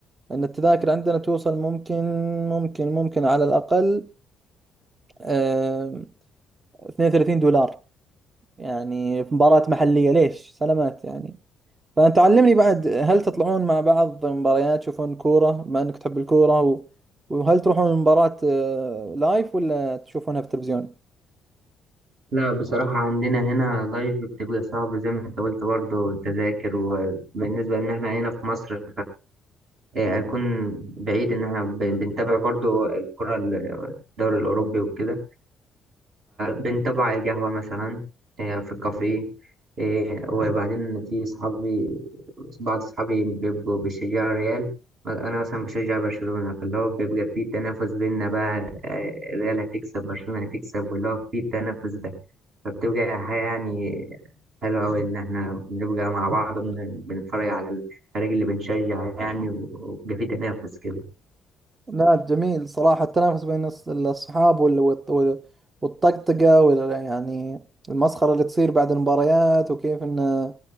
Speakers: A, on the right; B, on the right.
A: أن التذاكر عندنا توصل ممكن ممكن ممكن على الأقل آه، 32 دولار يعني في مباراة محلية ليش سلامات يعني فأنت علمني بعد هل تطلعون مع بعض مباريات تشوفون كورة بما أنك تحب الكورة و... وهل تروحون مباراة لايف ولا تشوفونها في التلفزيون؟
B: لا بصراحة عندنا هنا لايف بتبقى صعب زي ما أنت قلت برضه التذاكر وبالنسبة إن إحنا هنا في مصر فهيكون بعيد إن إحنا بن- بنتابع برضه الكرة ال- الدوري الأوروبي وكده بنتابعه على القهوة مثلا آه، في الكافيه آه، وبعدين في صحابي بعض صحابي بيبقوا بيشجعوا ريال أنا مثلا بشجع برشلونة فاللي هو بيبقى في تنافس بينا بقى آه، ريال هتكسب برشلونة هتكسب واللي هو في التنافس ده فبتبقى حاجة يعني حلوة أوي إن إحنا بنبقى مع بعض بن- بنتفرج على الفريق اللي بنشجع يعني وبيبقى في تنافس كده.
A: لا جميل صراحة التنافس بين الص- الأصحاب وال- والط- والطقطقة وال- يعني المسخرة اللي تصير بعد المباريات وكيف إن